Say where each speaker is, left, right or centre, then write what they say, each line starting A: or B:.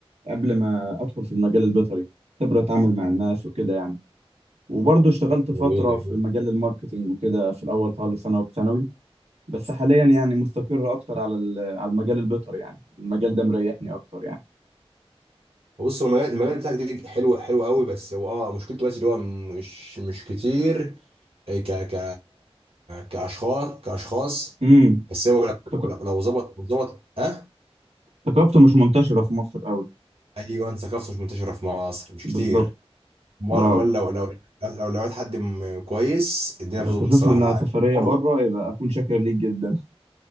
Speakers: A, on the right; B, on the right.
A: قبل ما ادخل في المجال البيطري خبره اتعامل مع الناس وكده يعني وبرضه اشتغلت فتره
B: جميل جميل
A: في مجال الماركتينج وكده في الاول خالص انا وفي ثانوي بس حاليا يعني مستقر اكتر على ال- على المجال البيطري يعني المجال ده مريحني اكتر يعني
B: بص هو المجال المجال بتاعك ده حلو حلو قوي بس هو اه مشكلته بس اللي هو مش مش كتير آه، ك ك كاشخاص كاشخاص
A: امم
B: بس هو لو
A: ثق-
B: لو لو ظبط لو ظبط اه
A: ثقافته مش منتشره في مصر قوي
B: ايوه ثقافته مش منتشره في مصر مش
A: بالظبط
B: كتير امال
A: اه
B: امال لو لو لو لو لقيت حد م- كويس الدنيا
A: لو
B: بتظبط
A: تشوف
B: الصراحه
A: لنا
B: معاك
A: سفريه
B: برضك
A: بره يبقى اكون شاكر ليك جدا